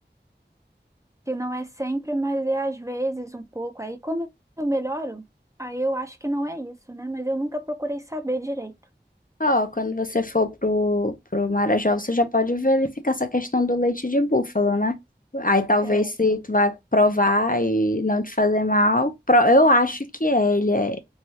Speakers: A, on the right (about 15°); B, on the left (about 50°).
A: que não é sempre, mas é às vezes um pouco. Aí como eu melhoro, aí eu acho que não é isso, né? Mas eu nunca procurei saber direito.
B: Ó, quando você for pro, pro Marajó, você já pode verificar essa questão do leite de búfalo, né? Aí talvez
A: É,
B: se tu vai provar e não te fazer mal, pro- eu acho que é, ele é,